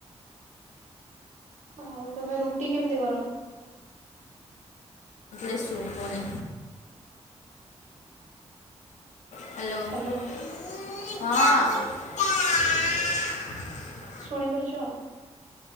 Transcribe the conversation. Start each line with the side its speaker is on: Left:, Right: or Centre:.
Right: ଆଉ, ତମେ ରୁଟି କେମିତି କର?
Left: ଏ ଶୁଭୁନି। Hello.
Right: hello
Left: ହଁ,।
Right: ଶୁଣିପାରୁଚ?